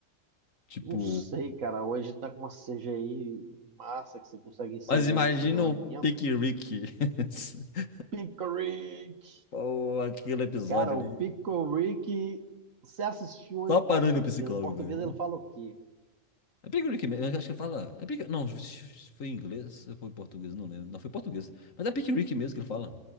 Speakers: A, on the left; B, on the right.
A: Tipo,
B: Não sei, cara. Hoje tá com uma CGI massa que você consegue inserir
A: mas imagina
B: esses elementos.
A: o Pick Rick <laughs>
B: Pickle Rick!
A: Ou aquele episódio
B: Cara, o
A: ali.
B: Pickle Rick, você assistiu
A: Só
B: em
A: parou
B: português.
A: no psicólogo,
B: Em português
A: velho.
B: ele fala o quê?
A: É Big Rick mesmo, eu acho que fala. É Big... Não, foi em inglês ou foi em português, não lembro. Não, foi em português. Mas é Big Rick mesmo que ele fala.